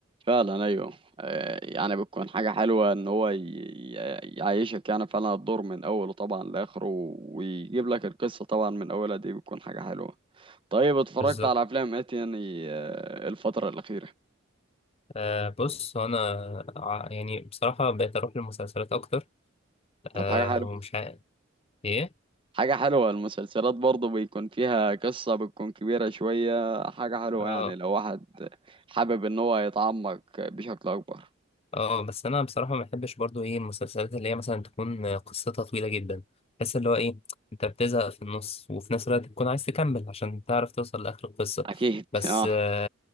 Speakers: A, on the right; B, on the left.
A: فعلا أيوه آه، يعني بتكون حاجة حلوة إن هو ي... ي- يعيشك يعني فعلا الدور من أوله طبعا لآخره ويجيب لك القصة طبعا من أولها دي بتكون حاجة حلوة طيب اتفرجت
B: بالظبط
A: على أفلام إيه تاني آه، الفترة الأخيرة
B: آه بص هو انا ع- يعني بصراحة بقيت اروح للمسلسلات اكتر
A: طب
B: آه
A: حاجة حلوة
B: ومش عارف ايه
A: حاجة حلوة المسلسلات برضه بيكون فيها قصة بتكون كبيرة شوية حاجة حلوة
B: اه
A: يعني لو واحد حابب ان هو يتعمق بشكل اكبر
B: اه بس انا بصراحه ما بحبش برضو ايه المسلسلات اللي هي مثلا تكون قصتها طويله جدا بحس اللي هو ايه انت بتزهق في النص وفي نفس الوقت تكون عايز تكمل عشان تعرف توصل لاخر القصه
A: اكيد
B: بس
A: <laughs> اه
B: آه